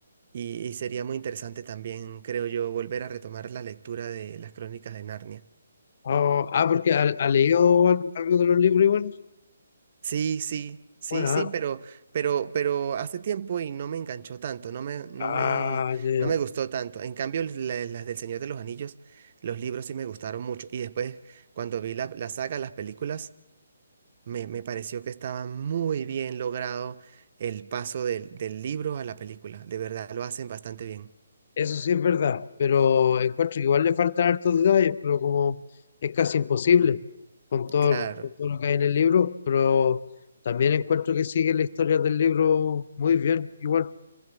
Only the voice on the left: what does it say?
Oh, ah, porque ha, ha leído al- algo de los libros igual.
Bueno,
ah,
ah,
ya,
ya.
Eso sí es verdad, pero encuentro que igual le faltan hartos detalles, pero como es casi imposible con todo,
con todo lo que hay en el libro, pero también encuentro que sigue la historia del libro muy bien, igual.